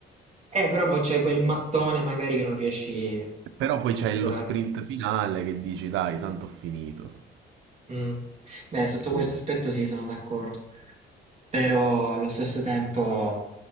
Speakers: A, on the right (about 35°); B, on the right (about 80°).
A: Eh, però poi c'è quel mattone magari che non riesci
B: Però poi
A: a
B: c'è
A: superare.
B: lo sprint finale che dici, dai, tanto ho finito.
A: Mm. Beh, sotto
B: Quindi-
A: questo aspetto sì, sono d'accordo, però allo stesso tempo